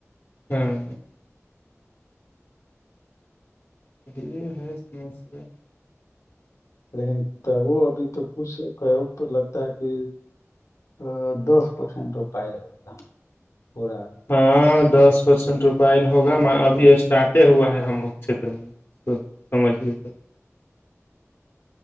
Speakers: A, on the left; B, on the left.
A: ہوں یہ ہے سمجے
B: لیکن ت وہ ابھی تو کچھ لگتا ہے کہ ا دس پرسینٹ پائے لگا پورا
A: ہاں دس پرسینٹ روپل ہوگا ابھی اسٹارٹے ہوا ہے ہم لوگ چھیر میں تو سمجھھی گے سر